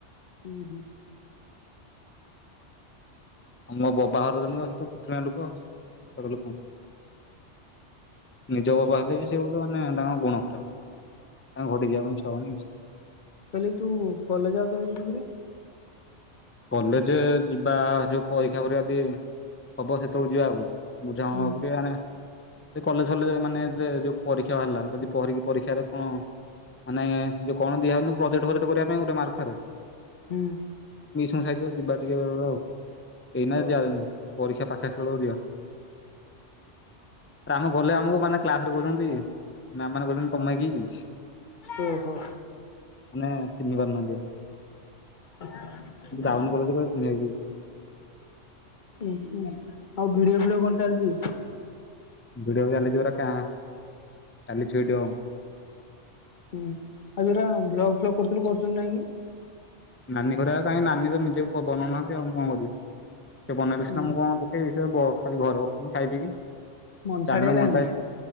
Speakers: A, on the left; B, on the left.
A: ହୁଁ ହୁଁ
B: ଆମ ବବା ଘର ଜଣେ ତ, ସେ ତ <unintelligible> ଲୋକ ଲୋକ। ନିଜ ବବା ହେଲେ ବି ସେ ଗୋଟେ, ମାନେ ତାଙ୍କର ଗୁଣ ଖରାପ। ତାଙ୍କ ଘଟିକି ଯିବା ପାଇଁ ଇଚ୍ଛା ହଉନି ଆଉ।
A: କହିଲ, ତୁ କଲେଜ ଆଉ କେବେ ଯିବୁ କିରେ?
B: କଲେଜ ଯିବା ଯୋଉ। ପରୀକ୍ଷା ପରୀକ୍ଷା ଦିଆ ହବ, ସେତେବେଳକୁ ଯିବା ଆଉ। <unintelligible>
A: ହୁଁ
B: କଲେଜ ହେଲେ, ମାନେ ଯୋଉ ପରୀକ୍ଷା ବାହାରିଲା। ଯଦି, ପିକି ପରୀକ୍ଷାରେ କଣ ନାଇଁ, ଯଉ କଣ ଦିଆଉନ, ପ୍ରୋଜେଟଜଟ କରିବା ପାଇଁ ଗୋଟେ ମାରଫାର୍।
A: ହୁଁ।
B: <unintelligible> ଏଇ ନା
A: ଓ
B: ଯାଉନି। ପରୀକ୍ଷା ପାଖେ ଆସିଲ ବେଳକୁ ଯିବା। ଆ ଆମେ ଗଲେ ଆମକୁ ମାନେ କ୍ଲାସ ରେ କହୁଛନ୍ତି। ମାମ୍ ମାନେ କହୁଛନ୍ତି, ତମେ କି କି?
A: ଓ ହୋ।
B: ମାନେ ଚିହ୍ନି ପାରୁନାହାନ୍ତି।
A: ଓ ହଁ
B: ଡାଉନ କଲେଜ କୁ ଚିହ୍ନି ହେବି
A: <inaudible> ଆ <inaudible> ଆଉ ଭିଡିଓ ଭିଡିଓ କଣ ଚାଲିଛି?
B: ଭିଡିଓ ଚାଲିଛି ପୁରା କା, ଚାଲିଛି ଭିଡିଓ ଆଉ।
A: ହୁଁ, ଆଉରାା ବ୍ଲଗ ଫ୍ଲ କରର୍ଥିଲଥିଲ କରଚ ନାହିଁ।
B: ନାନୀ ଘରେ କାହିଁ, ନାନୀ ତ ନିଜେ ବନାଉନହନ୍ତି ଆଉଁ କଣ କରିବି। ସେ
A: ହୁଁ
B: ବନେଇଲେ ସିନା, ମୁଁ କଣ ପକେଇବି। ଖାଲି ଘରେ ବସଛନ୍ତି ଖାଇ ପିକି।
A: ମନସାଡିଆ
B: ଚାନେଲେ ମଣ୍ଟାଇଯ
A: ହେଲି